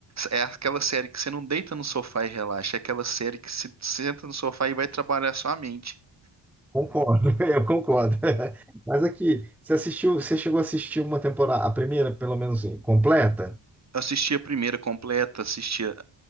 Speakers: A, on the right; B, in the centre.
A: É aquela série que você não deita no sofá e relaxa. É aquela série que se senta no sofá e vai trabalhar sua mente.
B: concordo, <laughs> eu concordo. <laughs> Mas aqui, você assistiu, você chegou a assistir uma temporada, a primeira, pelo menos, assim, completa,
A: Eu assisti a primeira completa, assisti a,